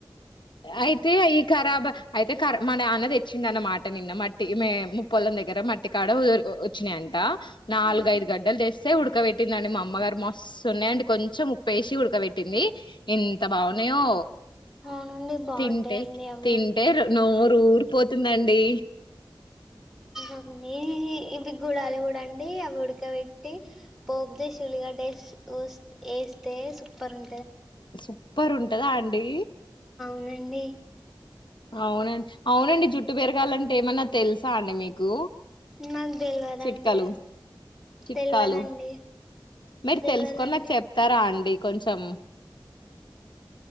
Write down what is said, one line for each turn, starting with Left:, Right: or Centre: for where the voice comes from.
Left: అయితే అయి ఖరాబ్ అయితే మన అన్న తెచ్చింది అన్నమాట నిన్న మట్ మే ముప్పొలం దగ్గర మట్టికాడ వచ్చినాయంట నాలుగుఐదు
Centre: ఆ
Left: గంటలు తెస్తే ఉడకబెట్టిందండి మా అమ్మగారు మస్తున్నా అండ్ కొంచెం ఉప్ప వేసి ఉడకబెట్టింది ఎంత బాగున్నాయో
Centre: అవునండి బాగుంటాయండి
Left: తింటే
Centre: అవి
Left: తింటే నోరు ఊరు పోతే ఎందండి
Centre: అన్నీ ఇవి గుడాల కూడా అండి అవి ఉడకబెట్టి పోబ్జేశూలిగా డే ఏ సుపర్ ఉ
Left: సూపర్ ఉంటదా అండి
Centre: రండి
Left: అవునండి అవునండి జుట్టు పెరగాలంటే ఏమన్నా తెలుసా అండి మీకు
Centre: నాకు తెలియదండి
Left: చిట్కాలు చిట్కాలు
Centre: తెలియదండి
Left: మీరు
Centre: తెలియదండి
Left: తెలుసుకొని నాకు చెప్తారా అండి కొంచెం